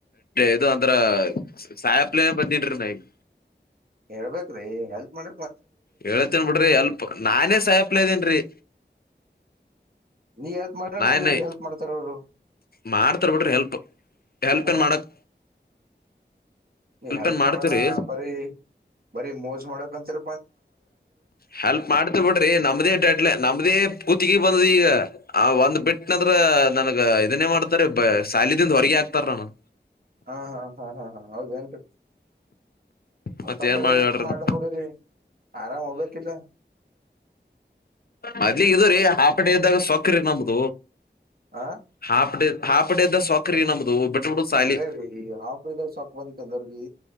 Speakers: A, on the left; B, on the right.
A: ಇದು ಅಂದ್ರ ಸಾಯಪ್ಲೇನ ಬದಿದ್ರು ನಗೆ.
B: ಹೇಳ್ಬೇಕೇ್ರೀ ಹೆಲ್ಪ್ ಮಾಡ
A: ಹೇಳ್ತೇನ್ ಬಿಡ್ರಿ ಅಲ್ಪ ನಾನೇ ಸಾಯಪ್ಲ ಇದ್ದೇನ್ರಿ
B: ನೀ ಎಲ್ಪ್ ಮಾಡ್ರೆ
A: ನಾನೇ
B: ಮುಂದ್ ನಿಮ್ಗೆ ಹೆಲ್ಪ್ ಮಾಡ್ತಾರ ಅವ್ರು
A: ಮಾಡ್ತಾರ್ ಬಿಟ್ರಿ ಹೆಲ್ಪ್ ಹೆಲ್ಪ್
B: ಹ್ಮ
A: ಏನ್ ಮಾಡಕ್
B: ನೀ ಹೆಲ್ಪ್
A: ಏನ್ ಮಾಡ್ತೀವ್ರಿ
B: ಮಾಡಲ್ಲ ಬರೀ ಬರೀ ಮೋಜ್ ಮಾಡಕಂತರ
A: ಹೆಲ್ಪ್ ಮಾಡ್ತ ಬಿಡ್ರಿ ನಮ್ದೇ ಡಟ್ಲೆ ನಮ್ದೇ ಕತಿಿಗೆ ಬಂದ ಈಗ ಒಂದ್ ಬಿಟ್ಟನಂದ್ರ ನನಗ ಇದನ್ನೇ ಮಾಡ್ತಾರೆ ಸಾಲ ದಿಂದ ಹೊರಗೆ ಹಾಕ್ತಾರ ನ ಹ
B: ಹಾ ಹಾ ಹಾ ಹಾ ಹಾ ಹೌದು ಎಂಟು ಮಂತಪ್ಪರಿ
A: ಮತ್ ಏನ್ ಮಾಡ್ಲಿ
B: ಯಾಕ
A: ಹೇಳ್ರಿ
B: ಮಾಡ
A: ನಾ
B: ಹೋಗರಿ ಆರಾಮ್ ಹೋಗ್ಬೇಕಿಲ್ಲ
A: ಮದ್ಲಿ ಇದು ರೀ ಹಾಫ್ ಡೇ ಇದ್ದಾಗ ಸೊಕ್ರಿ ನಮ್ದ
B: ಆ
A: ಹಾಫ್ ಡೇ ಹಾಪಡದ್ದ ಸಕ್ರ ನಮ್ದು ಬಿಟ್ಬಿಡುದ್ ಸಾಲಿ
B: ರೇ ರೀ ಈ ಹಾಫ ಡ ಸಾಕ್ ಬಂದಿತ್ತಂದರ್ಗಿ